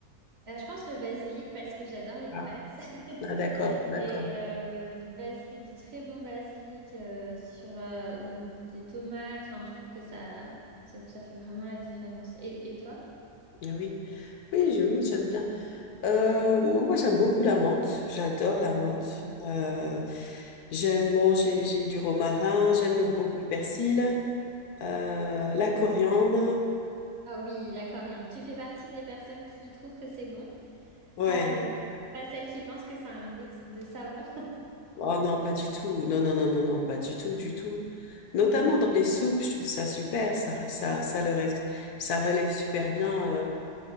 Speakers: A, on the right; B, on the left.
A: euh, je pense le basilic parce que j'adore les
B: Ah,
A: pâtes. <laughs>
B: ah, d'accord, d'accord.
A: Et euh, du basilic, du très bon basilic euh, sur, euh, ou des tomates. Enfin, je trouve que ça, ça, ça fait vraiment la différence. Et, et toi?
B: Oui, oui, je- oui, j'aime bien. Euh, moi, moi, j'aime beaucoup la menthe. J'adore la menthe.
A: Mm.
B: Euh, j'aime manger, j'ai j'ai du romarin. J'aime beaucoup le persil, euh, la coriandre.
A: Ah oui, la coriandre. Tu fais partie des personnes qui trouvent que c'est bon,
B: Ouais.
A: pas, euh, pas celles qui pensent que ça a un goût de de savon.
B: Oh non, pas du tout. Non, non, non, non, non, pas du tout, du tout. Notamment
A: Mm,
B: dans les soupes, je trouve ça super. Ça, ça, ça le rêve- ça relève super bien euh,